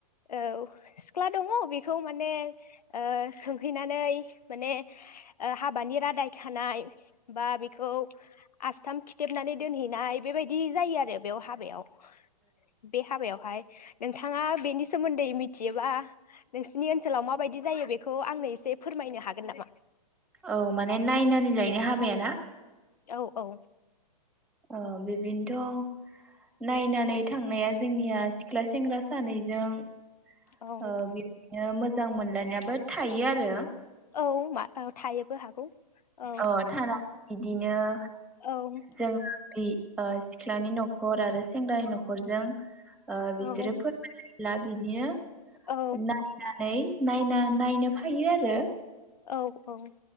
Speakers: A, on the left; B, in the centre.
A: औ सिख्ला दङ बेखौ माने ओ सोंहैनानै माने ओ हाबानि रादाय खानाय बा बेखौ आसथाम खिथेबनानै दोनहैनाय बेबायदि जायो आरो बेयाव हाबायाव। बे हाबायावहाय। नोंथाङा बेनि सोमोन्दै मिथियोबा नोंसिनि ओनसोलाव माबायदि जायो बेखौ आंनो एसे फोरमायनो हागोन नामा।
B: औ माने नायनानै लायनो हाबायाना
A: औ औ
B: ओ बिदिनोथ' नायनानै थांनाया जोंनिया सिख्ला सेंग्रा सानैजों ओ
A: औ
B: बिदिनो मोजां मोजां मोनलायनायाबो थायो आरो
A: औ मा थायोबो हागौ औ
B: अ थानानै बिदिनो
A: औ
B: जोंहा बे ओ सिख्लानि न'खर आरो सेंग्रानि न'खरजों ओ बिसोरो
A: औ
B: फोरमायोब्ला बिनिनो
A: औ
B: नायनानै नायना नायनो फायो आरो
A: औ औ